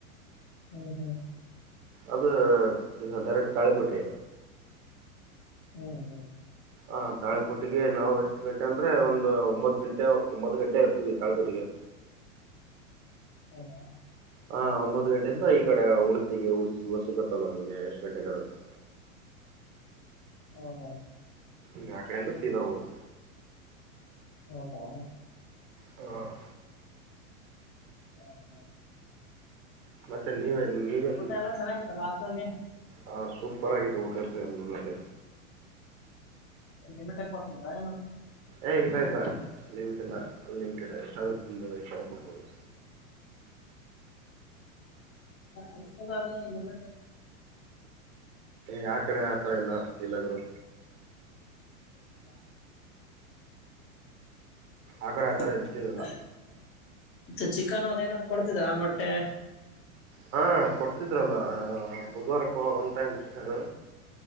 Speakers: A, on the left; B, on the right.
A: ಹ್ಮ್ ಹ್ಮ್
B: ಅದು ಡೈರೆಕ್ಟ್ ತಾಳೆಕೋಟೆ
A: ಹ್ಮ್ ಹ್ಮ್
B: ಹ ತಾಳೆಕೋಟಿಗೆ ನಾವು ಎಷ್ಟು ಗಂಟೆ ಅಂದ್ರೆ ಒಂದು ಒಂಬತ್ತು ಗಂಟೆ ಒಂಬತ್ತು ಗಂಟೆ ತಾಳಕೋಟ್ಟಿಗೆ
A: ಹ್ಮ <inaudible>
B: ಹ ಒಂಬತ್ತು ಗಂಟೆಯಿಂದ ಈ ಕಡೆ <inaudible> ಉಳಿಸಿುವಸುಗ ತಲ ನಿಮಗೆ ಎಷ್ಟು ಗಂಟೆಗೆರುತ್ತ
A: ಹ ಹಾ
B: ನಿ ಆ ಕಡೆಯಿಂದ ಸೀದಾ ಊರು
A: ಹೌದಾ
B: ಹ <inaudible>
A: ಹ ಹಾ
B: ಮತ್ತೆ ನೀವೆ ನೀವೆಲ್ಲಿ <inaudible>
A: ಎಲ್ಲ ಚೆನ್ನಾಗಿತ್ತಲ್ಲ ಹಾಸ್ಟೆಲಲ್ಲಿ
B: ಹ ಸು ಪ್ಪರಗಿ ತೋಟ ನ
A: ಲಿಮಿಟಲ್ಲಿ ಕೊಡ್ತಿದ್ರಾ ಏ
B: ಏ ಇಲ್ಲ ಇಲ್ಲ ಲಿಮಿಟ್ ಇಲ್ಲ ಅನ್ಲಿಮಿಟೆಡ್ ಎಷ್ಟಾದ ಆದ್ರೂ ತಿನ್ಬೋುದು ಎಷ್ಟ್ರೂರ್ಬೋುದು
A: ಹಸ್ತಬಲ್ ಇಮ
B: ಯ ಕಡೆ ಆತರ ಇಲ್ಲ ಇಲ್ಲ ಗರು
A: <inaudible>
B: ಆ ಕಡೆ
A: <inaudible>
B: ಆತರ ಇದ್ದಿರಲ್ಲ
A: ಮ ಚಿಕನ್ ಅದೇಏನಾದ್ರು ಕೊಡ್ತಿದ್ರ ಮಟ್ಟೆ
B: ಹಾ ಕೊಡ್ತಿದ್ರಲ್ಲ ಬುಧವಾರಕ್ಕೂ ಒನ್ ಟೈಮ್ ಚಿಕನ್